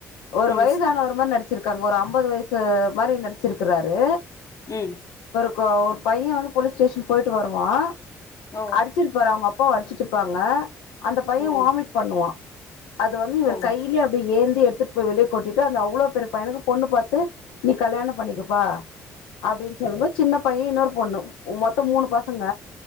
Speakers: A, on the left (about 65°); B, on the left (about 40°).
A: ஒரு
B: ம்.
A: வயதான ஒரு மாரி நடிச்சிருப் ங்க ஒரு ஐம்பது வயசு மாரி நடிச்சிருக்றாரு
B: ம்
A: கோ ஒரு பைய வந்து போலீஸ் ஸ்டேஷன் பொயிட்டு வருவா
B: ஓ!
A: அடிச்சிற்பாரு அவுங்க அப் அப்போ அடிச்சிட்ருப்பாங்க அந்த பைய
B: ஓ!
A: வாமிட் பண்ணுவா அது வந்து இவர்
B: ஓ! ஓ!
A: கையில அப்டி ஏந் எடுத்துட்போய் வெளிய கொட்டிடு அந்த அவ்ளோ பெரிய பையனுக்கு பொண்ணு பாத்து நீ கல்யாணோ பண்ணிகப்பா அப்டின்னு சொல்லும்போது சின்ன பைய இன்னொரு பொண்ணு மொத்த மூணு பசங்க